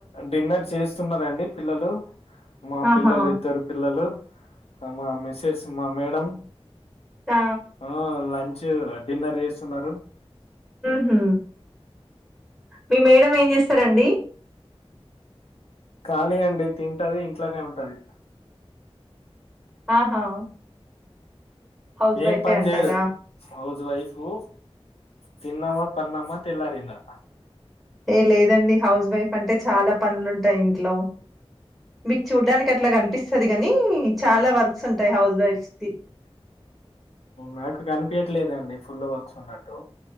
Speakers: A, on the left (about 75°); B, in the centre.
A: డిన్నర్ చేస్తున్నరండి పిల్లలు మా
B: ఆహా!
A: పిల్లలు ఇద్దరు పిల్లలు అ మా మిసేస్ మా మేడం
B: ఆ!
A: ఆ లంచ్ డిన్నర్ చేస్తున్నారు
B: హ మీ మేడం ఏం చేస్తారండి
A: ఖాళీ అండి తింటది ఇంట్లనే ఉంటది
B: ఆహా హౌస్
A: ఏం
B: వైఫే
A: పని
B: అంటారా?
A: చేయదు హౌస్ వైఫూ తిన్నామా పన్నామా తెల్లారిందా
B: ఏ లేదండి హౌస్ వైఫ్ అంటే చాలా పనులుంటాయి ఇంట్లో మీకు చూడ్డానికి అట్లా కనిపిస్తది గానీ చాలా వర్క్స్ ఉంటాయి హౌస్ వైఫ్స్ కి
A: నాకు కనిపియట్లేదండి ఫుల్ వర్క్స్ ఉన్నట్టు